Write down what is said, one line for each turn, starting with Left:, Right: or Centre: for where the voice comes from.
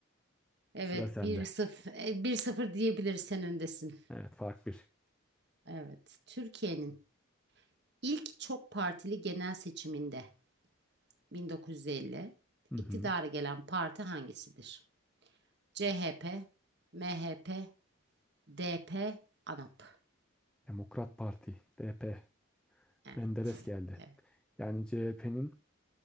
Right: Evet
Centre: <laughs> Sıra sende.
Right: bir sıfır bir sıfır 0 diyebiliriz sen öndesin.
Centre: Evet fark bir.
Right: Evet. Türkiye'nin ilk çok partili genel seçiminde 1950
Centre: Hı hı.
Right: iktidara gelen parti hangisidir? CHP, MHP, DP, ANAP.
Centre: Demokrat Parti, DP,
Right: Evet.
Centre: Menderes geldi.
Right: Evet.
Centre: Yani CHP'nin